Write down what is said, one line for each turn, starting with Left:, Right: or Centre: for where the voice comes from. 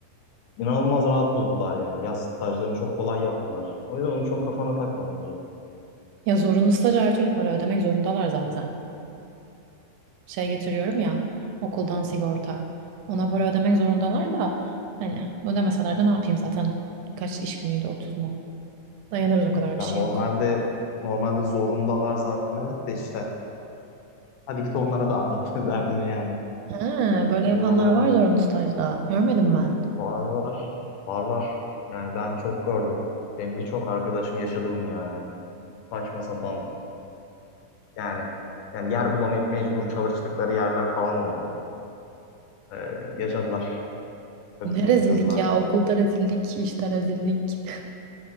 Left: İnanılmaz rahat buldular yani. Yaz stajlarını çok kolay yaptılar. O yüzden onu çok kafana takma bence.
Right: Ya zorunlu staj her türlü para ödemek zorundalar zaten. şey getiriyorum ya okuldan sigorta. Ona para ödemek zorundalar da hani ödemeseler de ne yapayım zaten kaç iş günüydü 30 mu? Dayanırız o kadar bir
Left: Ya
Right: şey
Left: normalde
Right: yok.
Left: normalde zorundalar zaten evet de işte. Hadi git onlara da anlat <laughs> derdini yani.
Right: Ha, böyle
Left: Öyle
Right: yapanlar
Left: bir olay
Right: var
Left: var.
Right: zorunlu stajda. Görmedim ben.
Left: Var var. Var var. Yani ben çok gördüm. Benim birçok arkadaşım yaşadı bunu yani. Saçma sapan yani. Yani yer bulamayıp mecbur çalıştıkları yerler falan oldu. Ee, yaşadılar. Kötüsünü
Right: Ne rezillik
Left: yaşadılar
Right: ya
Left: yani.
Right: okulda rezillik işte rezillik. <laughs>